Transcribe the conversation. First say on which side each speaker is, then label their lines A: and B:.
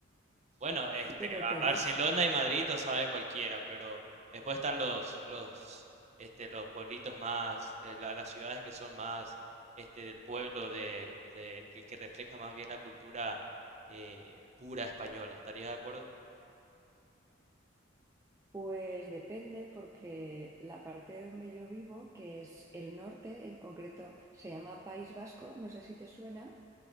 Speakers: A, on the right (about 35°); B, on the right (about 15°).
A: Bueno, este,
B: Pero
A: Ba-
B: te
A: Barcelona
B: re-
A: y Madrid lo saben cualquiera, pero después están los, los, este, los pueblitos más, eh, la- las ciudades que son más, este, del pueblo de, de- que, que refleja más bien la cultura eh, pura española. ¿Estarías de acuerdo?
B: pues depende porque la parte de donde yo vivo, que es el norte, en concreto se llama País Vasco, no sé si te suena.